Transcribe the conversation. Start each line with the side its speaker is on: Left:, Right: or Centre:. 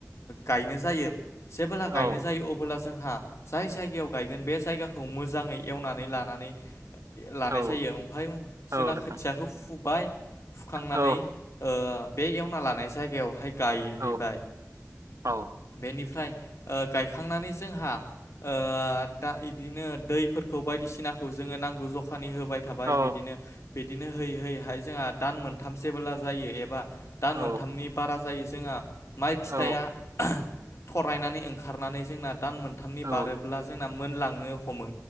Left: गायनो जायो। जेबोला
Right: औ
Left: गायनो जायो अबोला जों हा जाय जायगायाव गायगोन बे जायगाखौ मोजाङै एवनानै लानानै लानाय
Right: औ
Left: जायो ओमफाय जोंना
Right: औ नोंथां
Left: खोथियाखौ फु बाय। खांनानै
Right: औ
Left: ओ बे एवना लानाय जायगायावहाय गायहैबाय
Right: औ औ
Left: बेनिफ्राय ओ गायखांनानै जोंहा ओ दा बिदिनो दैफोरखौ बायदिसिना खौ जोङो नांगौ जखानि होबाय थाबाय
Right: औ
Left: बिदिनो बिदिनो होयै होयैहाय जोंहा दान मोन थाम जेबोला जायो एबा दान
Right: औ
Left: मोनथामनि बारा जायो जोंहा। माइ फिथाइया
Right: औ
Left: थरायनानै ओंखारनानै जोंना। दान मोनथामनि
Right: औ
Left: बारोब्ला जोंना। मोनलांनो हमो।